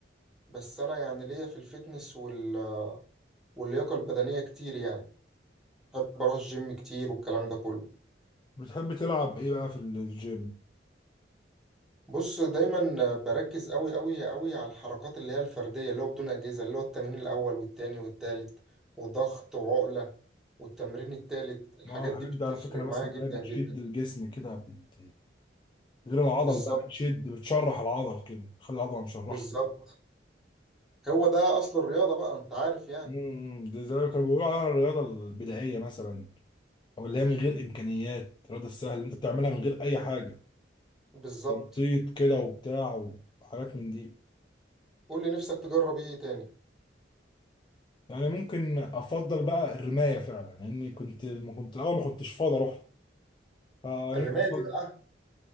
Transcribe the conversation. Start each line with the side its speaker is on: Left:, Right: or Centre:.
Centre: بس أنا يعني ليا في الفتنس وال... واللياقة البدنية كتير يعني بحب أروح الجيم كتير والكلام ده كله
Left: بتحب تلعب ايه بقى في الجيم
Centre: بص دايما بركز قوي قوي قوي على الحركات اللي هي الفردية اللي هو بدون أجهزة اللي هو التمرين الأول والتاني والتالت وضغط وعقلة والتمرين التالت الحاجات
Left: اه الحاجات
Centre: دي بتفرق
Left: دي على فكره انا
Centre: معايا
Left: بسمع
Centre: جدا
Left: انها بتشد
Centre: جدا
Left: الجسم كده بت... غير العضل
Centre: بالظبط
Left: بقى بتشد بتشرح العضل كده تخلي العضله مشرحه
Centre: بالظبط هو ده اصل الرياضه بقى انت عارف يعني
Left: امم ده زي ما كانوا بيقولوا عليها الرياضه البدائيه مثلا او اللي هي من غير امكانيات الرياضه السهله اللي انت بتعملها من غير اي حاجه
Centre: بالظبط
Left: تنطيط كده وبتاع وحاجات من دي
Centre: قول لي نفسك تجرب ايه تاني
Left: يعني ممكن افضل بقى الرمايه فعلا لاني كنت ما كنت الاول ما كنتش فاضي اروح فنفسي
Centre: الرمايه
Left: افضل
Centre: دي بقى